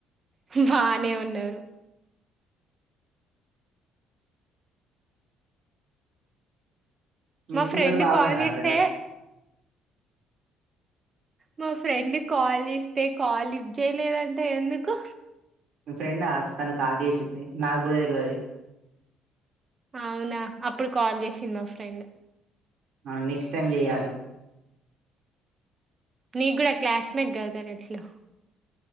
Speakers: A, on the right; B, on the right.
A: బానే ఉన్నారు
B: మీ
A: మా
B: పిల్లలు
A: ఫ్రెండ్
B: బాగున్నారా
A: కాల్ చేస్తే
B: అందరు
A: మా ఫ్రెండ్ కాల్ చేస్తే కాల్ లిఫ్ట్ చేయలేదంట ఎందుకు
B: మీ ఫ్రెండ్ తను కాల్ చేసింది నాకు కూడా తెలువది
A: అవునా అప్పుడు కాల్ చేసింది మా ఫ్రెండ్
B: ఆ నెక్స్ట్ టైమ్ చెయాలి
A: నీ కూడా క్లాస్మేట్ కదా తను ఏట్లో